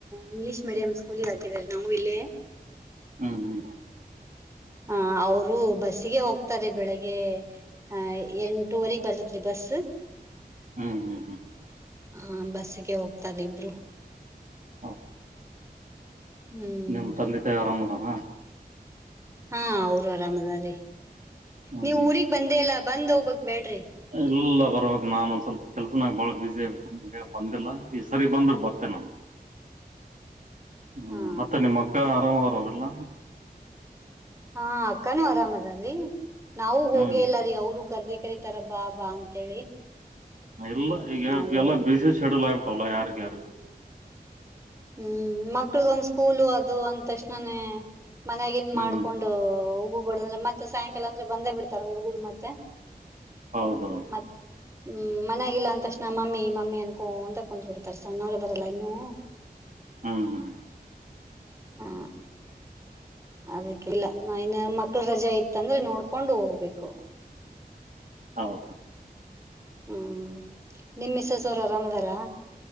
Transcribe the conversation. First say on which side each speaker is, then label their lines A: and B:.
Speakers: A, on the right; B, on the right.
A: ಇಂಗ್ಲಿಷ್ ಮೀಡಿಯಂ ಸ್ಕೂಲಿಗೆ ಹಾಕಿದ್ರ ನಾವು ಇಲ್ಲೇ
B: ಹ್ಮ್ ಹ್ಮ್
A: ಹ ಅವರು ಬಸ್ಸಿಗೆ ಹೋಗ್ತಾರೆ ಬೆಳಿಗ್ಗೆ ಹ ಎಂಟೂವರೆಗೆ ಬರ್ತ ಸಿಲೆಬಸ್
B: ಹ್ಮ್ ಹ್ಮ್ ಹ್ಮ್
A: ಹ ಬಸ್ಸಿಗೆ ಹೋಗ್ತಾರ ಇಬ್ರು
B: <unintelligible>
A: ಹ್ಮ್
B: ನಮ್ ತಂದೆ ತಾಯ ಆರಾಮದಾರ
A: ಹಾ ಅವರು ಅರಾಮದಾರಿ
B: ಹ್ಮ್
A: ನೀವ ಊರಿಗಿ ಬಂದೇ ಇಲ್ಲ ಬಂದ್ ಹೊಬಾಕ್ಬೇಡ್ರಿ
B: ಎಲ್ಲ ಬರುವಾಗ ನಾನ ಒಂದ್ ಸ್ವಲ್ಪ ಕೆಲ್ಸನಾಗ ಬಾಳ ಬಸಿ ಆಗ್ಬಿಟ್ಟ ನಿಮಗೆ ಬಂದಿಲ್ಲ ಈ ಸರಿ ಬಂದ್ರ ಬರ್ತೆೇನೆ ನ ಹ್ಮ್
A: ಹಾ
B: ಮತ್ತೆ ನಿಮ್ಮ ಅಕ್ಕ ಆರಾಮದ್ರ ಅವ್ರಲ್ಲ
A: ಹಾ ಅಕ್ಕಾನೂ ಅರಾಮ್ ಅದರಿ ನಾವು ಹೋಗೇ
B: ಹ್ಮ್
A: ಇಲ್ಲ ರೀ ಅವ್ರು ಕರ್ದ ಕರತಾರ ಬಾ ಬಾ ಅಂತೇಳಿ
B: ಎಲ್ಲ ಈಗ
A: ನಾವು
B: ಎಲ್ಲ ಬಿ ಬಿಸಿಸ ಶೆಡ್ಯೂಲ್ ಆಗಿಟಾವಲ್ಲ ಯಾರು ಯಾರ
A: ಹ್ಮ್ ಮಕ್ಳಗ ಒಂದ್ ಸ್ಕೂಲು ಅದು ಅಂತಕ್ಷ್ಣನೆೇ ಮನ್ಯಾಗಿನ್
B: ಹ್ಮ್
A: ಮಾಡ್ಕೊಂಡ ಹೋಗ ಹ ಅ್ರ ಮತ್ತೆ ಸಾಯಂಕಾಲ ಅಂದ್ರೆ ಬಂದೇ ಬಿಡ್ತಾರ ಹುಡ್ಗರು ಮತ್ತೆ
B: ಹೌದೌದು
A: ಮತ್ ಹ್ಮ್ ಮನ್ಯಾಗಿಲ್ಲ ಅಂದ ತಕ್ಷಣ ಮಮ್ಮಿ ಮಮ್ಮಿ ಅನ್ಕೊ ಅಂತಕ ಕುಂದ್ ಬಿಡ್ತಾರ ಸಣ್ಣವರದಾರಲ್ಲಾ ಇನ್ನುೂ
B: ಹ್ಮ ಹ್ಮ್
A: ಹಾ ಅದಕ್ಕೆ ಇಲ್ಲ ನಾ ಇನ್ ಮಕ್ಳ ರಜೆ ಇತ್ತಂದ್ರೆ ನೋಡ್ಕೊಂಡು ಹೋಗ್ಬೇಕು
B: ಹೌದು
A: ಹ್ಮ ನಿಮ್ಮಸಸ ಅವರು ಆರಾಮದಾರ